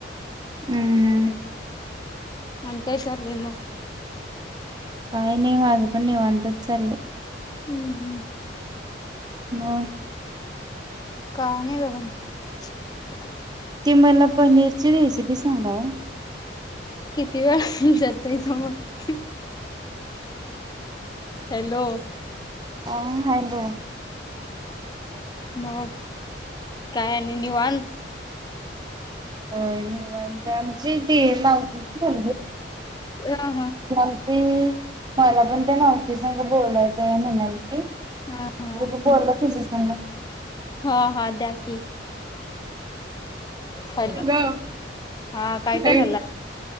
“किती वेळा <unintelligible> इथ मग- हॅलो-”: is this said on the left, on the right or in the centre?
Left